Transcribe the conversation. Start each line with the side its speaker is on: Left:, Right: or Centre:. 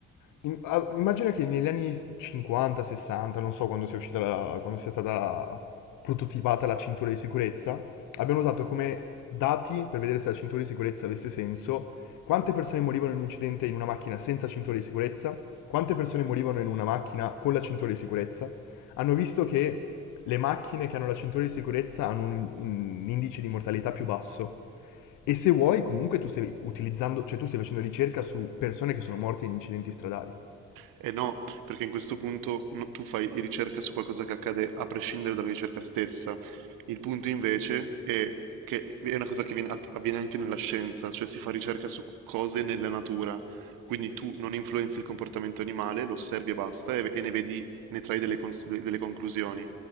Left: im- ah, immagina che negli anni 50, 60, non so quando sia uscita la- quando sia stata prototipata la cintura di sicurezza, abbiamo usato come dati per vedere se la cintura di sicurezza avesse senso, quante persone morivano in un incidente in una macchina senza cintura di sicurezza, quante persone morivano in una macchina con la cintura di sicurezza. Hanno visto che le macchine che hanno la cintura di sicurezza hanno un, un indice di mortalità più basso. E se vuoi, comunque tu stai utilizzando, cioè tu stai facendo ricerca su persone che sono morte in incidenti stradali.
Right: E no, perché in questo punto no, tu fai ricerca su qualcosa che accade a prescindere dalla ricerca stessa. Il punto invece è che è una cosa che viene- att- avviene anche nella scienza, cioè si fa ricerca su cose nella natura. Quindi tu non influenzi il comportamento animale, lo osservi e basta, e, e ne vedi, ne trai delle cons- delle conclusioni.